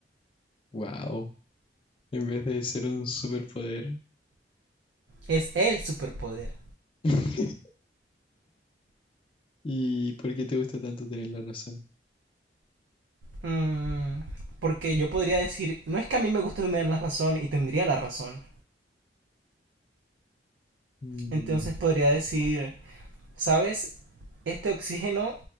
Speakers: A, on the left (about 30°); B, on the right (about 85°).
A: Wow, en vez de ser un superpoder.
B: Es el superpoder.
A: <laughs> ¿Y por qué te gusta tanto tener la razón?
B: Mm, porque yo podría decir, no es que a mí me guste tener la razón y tendría la razón.
A: Mm,
B: Entonces podría decir, ¿Sabes? Este oxígeno